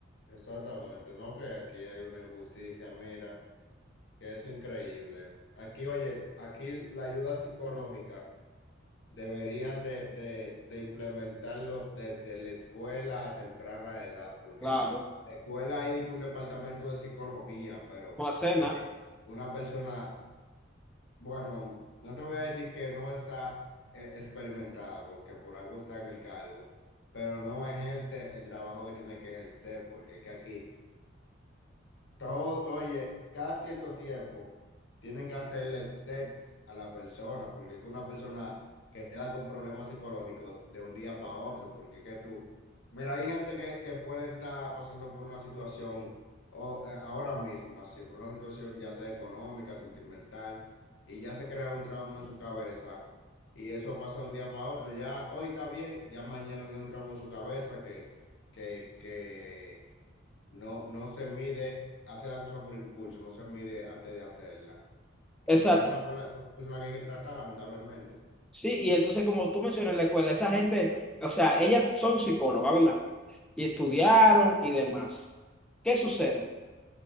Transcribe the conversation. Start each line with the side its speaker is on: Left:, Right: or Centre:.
Left: Exactamente, ¿no? Que aquí hay una injusticia, mira, que eso es increíble. Aquí, oye, aquí la ayuda psicológica deberían de, de, de implementarlo desde la escuela a temprana edad, porque
Centre: Claro,
Left: en la escuela hay de que un departamento de psicología, pero
Centre: no hace nada.
Left: una persona, bueno, no te voy a decir que no está eh, experimentada, porque por algo está en el cargo, pero no ejerce el trabajo que tiene que ejercer, porque es que aquí... Todo, oye, cada cierto tiempo tienen que hacerle test a la persona, porque es que una persona queda con problemas psicológicos de un día para otro, porque es que tú, mira, hay gente que, que pueden estar pasando por una situación o, eh, ahora mismo, así, por una situación ya sea económica, sentimental, y ya se crea un trauma en su cabeza, y eso pasa de un día para otro, ya hoy está bien, ya mañana tiene un trauma en su cabeza que, que, que no, no se mide, hace la cosa por impulso, no se mide antes de hacerla. Y
Centre: Exacto.
Left: ya es una pro- persona que hay que tratar, lamentablemente.
Centre: Sí, y entonces como tú mencionas en la escuela, esa gente, o sea, ellas son psicólogas, ¿verdad? Y estudiaron
Left: Sí,
Centre: y demás. ¿Qué sucede?